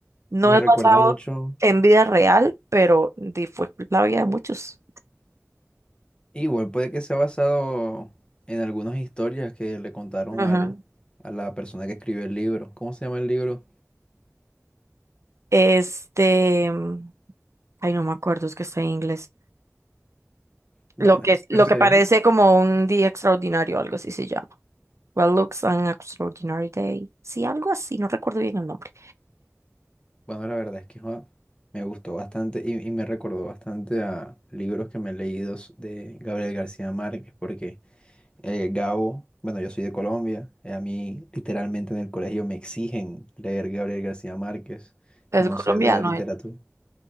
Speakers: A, on the right; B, on the left.
A: No
B: Me
A: es
B: recuerdo
A: basado
B: mucho.
A: en vida real, pero di- fue la vida de muchos.
B: Igual puede que sea basado en algunas historias que le contaron
A: Ujú.
B: al, a la persona que escribió el libro. ¿Cómo se llama el libro?
A: Este, mm, ay, no me acuerdo, es que está en inglés.
B: Bueno,
A: Lo que,
B: pero
A: lo
B: se
A: que parece
B: ve-
A: como un día extraordinario, algo así se llama. What looks an extraordinary day. Sí, algo así, no recuerdo bien el nombre.
B: Bueno, la verdad es que joa, me gustó bastante y, y me recordó bastante a libros que me he leído s- de Gabriel García Márquez, porque eh, Gabo, bueno, yo soy de Colombia, eh, a mí literalmente en el colegio me exigen leer Gabriel García Márquez,
A: Es
B: conocer
A: colombiano
B: de la literatura.
A: él.